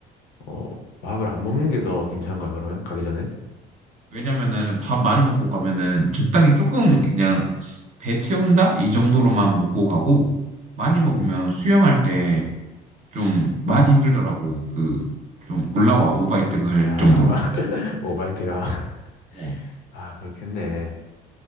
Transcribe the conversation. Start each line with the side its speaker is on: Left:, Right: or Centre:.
Left: 어, 밥을 안 먹는 게 더 괜찮은 거야, 그러면? 가기 전에?
Right: 왜냐면은 밥 많이 먹고 가면은 적당히 조금 그냥 배 채운다? 이 정도로만 먹고 가고 많이 먹으면
Left: 음,
Right: 수영할 때 좀 많이 힘들더라고. 그 좀 올라와 오바이트가 할
Left: 아,
Right: 정도로.
Left: <laughs> 오바이트가. <laughs>
Right: 어.
Left: 아, 그렇겠네.